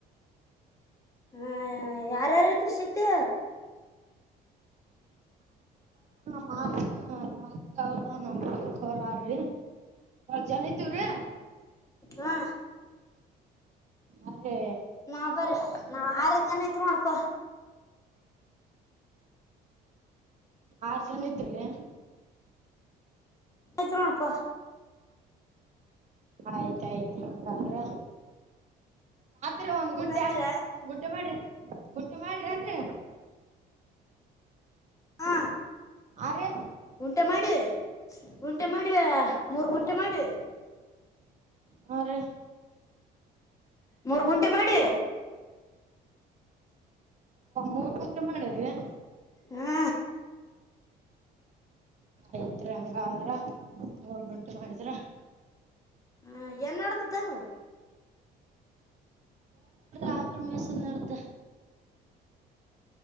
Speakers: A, on the left; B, on the right.
A: ಹಾ ಯಾರಾರತ್ರ್ರೀ ಸೀತ್ಯ
B: ಹ ಅ ಹ ಹೊರ್ರೀ ಜನ್ತಿವ್ರೀ
A: ಹಾ
B: ಹಾ ರೀ
A: ನಾ ಬರ ನಾ ಆರತ ಎತ್ರಣಪ
B: ಆರ್ ಜನ ಇದ್ರೀ
A: ಹದ್ರಣಪ್ಪ
B: ಆಯ್ತಾಯ್ತು ಹಂಗ್ರ ್ರೆ ಒಂದ್ ಗುಂಟೆ
A: ಊಟ ಐತ್ರ
B: ಗುಂಟೆ ಮಾಡ್ರಿ ಗುಂಟೆ ಮಾಡ್ರಿ ಆದ್ರೆ
A: ಹಾ
B: ಹಾ ರೀ
A: ಊಂಟ ಮಾಡಿ ಗುಂಟೆ ಮಾಡಿವ ಮೂರ್ ಗುಂಟೆ ಮಾಡಿವ
B: ಹ್ರ
A: ಮೂರ್ ಗುಂಟೆ ಮಾಡ
B: ಮೂರ್ ಗುಂಟೆ ಮಾಡಿರ್ರಿ
A: ಹಾ
B: ಐತ್ರಿ ಹಂಗ್ರ ಮೂರ್ ಗುಂಟೆ ಮಾಡಿದ್ರ
A: ಹಾ ಏನ್ ಮಾಡಡ್ದದ್ದಾಗು
B: ಆಾಕ್ರಮಸ ನತೆ